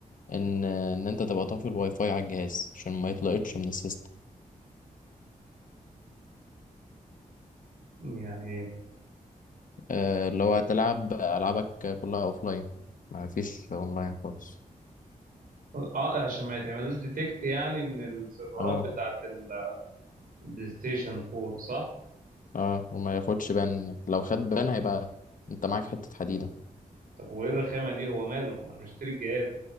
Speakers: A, on the left; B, on the right.
A: ان ان انت تبقى طافي الواي فاي على الجهاز عشان ما يطلقتش من السيستم
B: يعني ايه
A: آه، اللي هو تلعب العابك كلها اوفلاين ما فيش اونلاين خالص
B: اه عشان ما يتعملوش ديتكت يعني من السيرفرات
A: اه
B: بتاعت البلاي ستيشن 4 صح
A: اه وما ياخدش بان لو خد بان هيبقى انت معاك حته حديده
B: طب وايه الرخامه دي هو ماله ما انا مشتري الجهاز